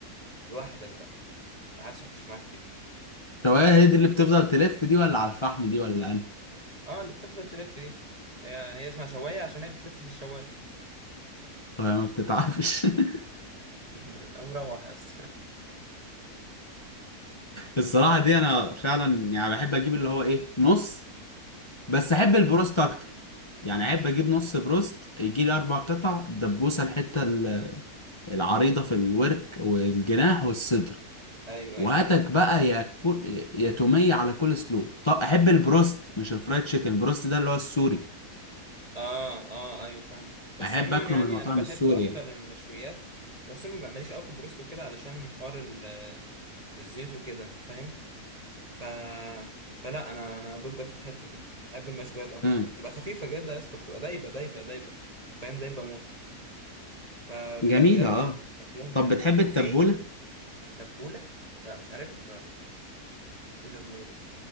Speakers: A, on the right; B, on the left.
A: لوحدك بقى ما حدش هيخش معاك فيها
B: شوايه
A: لا لا
B: هي دي اللي بتفضل تلف دي ولا على الفحم دي ولا انا
A: اه اللي بتفضل تلف دي هي هي اسمها شوايه عشان هي بتلف في الشوايه
B: طب ما بتتعبش <laughs>
A: <laughs> مروح يا اسطى <laughs>
B: الصراحة دي أنا فعلا يعني بحب أجيب اللي هو إيه نص بس أحب
A: ايوه
B: البروست أكتر يعني أحب أجيب نص بروست يجي لي أربع قطع الدبوسة الحتة ال- العريضة في الورك والجناح والصدر
A: ايوه
B: وهاتك
A: ايوه
B: بقى يا كل يا تومية على كل سلو طب أحب البروست مش الفرايد تشيكن البروست ده اللي هو السوري
A: اه اه ايوه فاهمك بس
B: أحب
A: عموما
B: أكله
A: يعني
B: من المطاعم
A: انا بحب
B: السوري
A: اكتر
B: يعني
A: المشويات وخصوصا ببقى ماليش قوي في البروست وكده علشان حوار ال- الزيوت وكده انت فاهم ف فلا انا انا ضدك في الحته دي بحب المشويات اكتر
B: امم
A: تبقى خفيفه جدا يا اسطى بتبقى دايبه دايبه دايبه فاهم دايبه موت فبجد
B: جميلة
A: يعني
B: أه
A: اكلهم
B: طب
A: جامد
B: بتحب التبولة؟
A: وفي تبوله لا مش عارفها بصراحه ايه التبوله دي